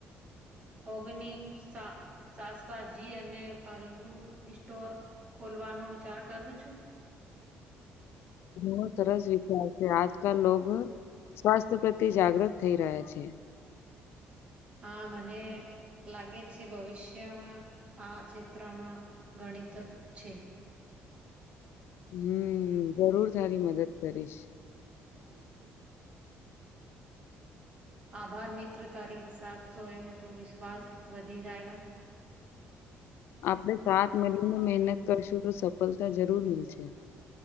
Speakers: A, on the right (about 30°); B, on the left (about 65°).
A: ઓગનિક શાાસભાજી અને ફલુ સ્ટોર. ખોલવાનો વિચાર કરું છું.
B: બ સરસ વિચાર છે આજકાલ લોકો સ્વાસ્થ્ય પ્રત્ય જાગૃત થઈ રહ્યા છે. <inaudible>
A: હા મને લાગે છે ભવિષ્યમાં આ ચિત્રમાં ગણિત છે.
B: હમ જરૂર સારી મદદ કરીશ.
A: હમ. આભાર મિત્ર તારી સા સોએૈ તો વિશ્વાસ વધી જાયગ.
B: આપડણે સાત મળીને મહેનત કરશું તો સફળતા જરૂર મલશે